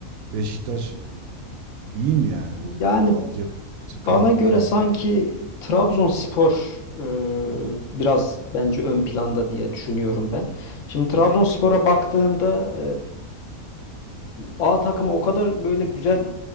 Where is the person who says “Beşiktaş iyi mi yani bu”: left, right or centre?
Right